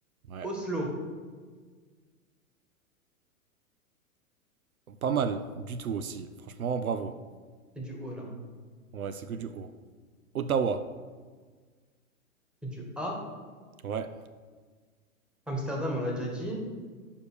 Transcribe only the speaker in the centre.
Oslo,
c'est du O, là.
C'est du A.
Amsterdam, on l'a déjà dit,